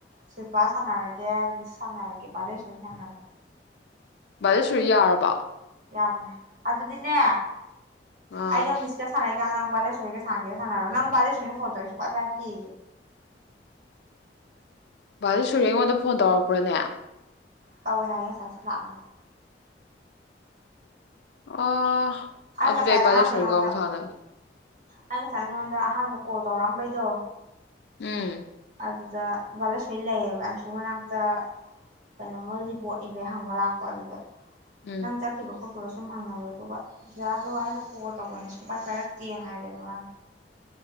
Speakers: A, on the right; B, on the left.
A: ꯁꯤꯜꯄꯥ ꯁꯥꯟꯅꯔꯒꯦ ꯃꯤꯁ ꯁꯥꯟꯅꯔꯒꯦ ꯚꯥꯂꯦꯁꯣꯔ ꯁꯥꯟꯅꯔꯒꯦ
B: ꯕꯥꯂꯦꯁꯣꯔꯤ ꯌꯥꯔꯕꯣ
A: ꯌꯥꯕꯅꯦ ꯑꯗꯨꯗꯤꯅꯦ
B: ꯑꯥ
A: ꯑꯩꯒ ꯃꯤꯁꯀ ꯁꯅꯩ <unintelligible> ꯅꯪ ꯕꯥꯂꯦꯁꯣꯔꯤ ꯒ ꯁꯥꯅꯒꯦ ꯁꯥꯟꯅꯔꯣ ꯅꯪ ꯕꯥꯂꯦꯁꯣꯔꯤꯅ ꯐꯣꯟ ꯇꯧꯋꯦꯌꯦ ꯁꯨꯡꯄꯥꯏ ꯄꯥꯏꯔꯛꯇꯦ
B: ꯚꯥꯂꯦꯁꯣꯔꯤ ꯑꯩꯉꯣꯟꯗ ꯐꯣꯟ ꯇꯧꯔꯛꯄ꯭ꯔꯅꯦ
A: ꯇꯧꯋꯦ ꯍꯥꯏꯌꯦ ꯉꯁꯥꯏ ꯁꯤ ꯂꯥꯛꯑꯝꯕꯗ
B: ꯑꯣ ꯑꯗꯨꯗꯤ
A: ꯉꯁꯥꯏ
B: ꯑꯩ ꯚꯥꯂꯦꯁꯣꯔꯤꯒ
A: ꯑꯍꯥꯟꯕ ꯅꯉꯣꯟꯗ
B: ꯑꯃꯨꯛ ꯁꯥꯅꯒꯦ
A: ꯑꯩ ꯉꯁꯥꯏ ꯅꯉꯣꯟꯗ ꯑꯍꯥꯟꯕ ꯀꯣꯜ ꯇꯧꯔꯛꯑꯝꯕꯩꯗꯣ
B: ꯎꯝ
A: ꯑꯗꯨꯗ ꯚꯥꯂꯦꯁꯣꯔꯤ ꯂꯩꯌꯦꯕ ꯑꯪꯁꯨ ꯃꯅꯥꯛꯇ ꯀꯩꯅꯣꯃ ꯔꯤꯄꯣꯔꯠ ꯏꯕꯩ ꯍꯪꯕ ꯂꯥꯛꯄ ꯑꯗꯨꯗ
B: ꯎꯝ
A: ꯅꯪ ꯆꯠꯈꯤꯕ ꯈꯣꯠꯈꯤꯕ ꯁꯨ ꯁꯨꯝ ꯍꯪꯍꯜꯂꯣ ꯑꯗꯨꯒ ꯄꯤꯌꯥꯗꯣ ꯑꯩꯅ ꯀꯣꯜ ꯇꯧꯕꯅꯦ ꯁꯨꯡꯄꯥꯏ ꯄꯥꯏꯔꯛꯇꯦ ꯅ ꯍꯥꯏꯔꯛꯑꯦꯕ ꯃꯥꯅ